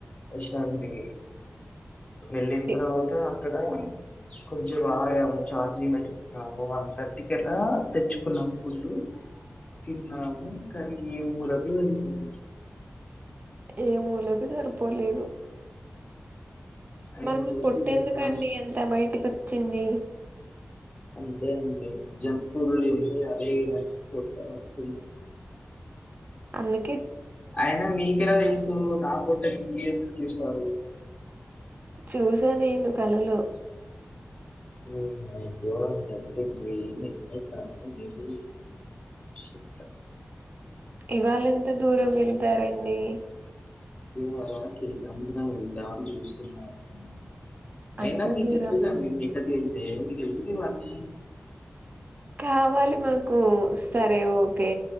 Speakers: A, on the left; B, on the right.
A: రెస్టారెంట్ కి వెళ్ళిన
B: ఏ
A: తర్వాత అక్కడ కొంచేపు ఆగాము చార్జ్ చేట్టుకున్నాము వన్ థర్టీ కి అట్లా తెచ్చుకున్నాం ఫుడ్ తిన్నాము మ్ కాని ఏ మూలకి సరిపోలే
B: ఏ మూలకు జరిపోలేదు.
A: అయినా
B: మరి మీ
A: కూడా
B: పొట్టేందుకండి
A: తినేసాము
B: అంత బయటికి వచ్చింది.
A: అంతే అండి జంక్ ఫుడ్లు తింటే అదే ఇగ పొట్ట వస్తుంది
B: అందు
A: అయినా మీకేలా తెలుసు నాక్ పొట్ట ఇంగ్గిరేద్దూ కి స్వారీ
B: చూసా నేను కళలో
A: ఒ మై గాడ్ థాట్ ఎ <unintelligible>
B: ఇవాళ ఎంత దూరం వెళ్తారండి
A: ఇవాళ కేసముద్రం వెళ్దాం చూస్తున్నను
B: అంత
A: అయినా మీకు
B: దూరము
A: ఎందుకండి మే ఎక్కడికి ఎళ్తే మీకు ఎందు ఇవన్ని
B: కావాలి మాకు సరే ఓకే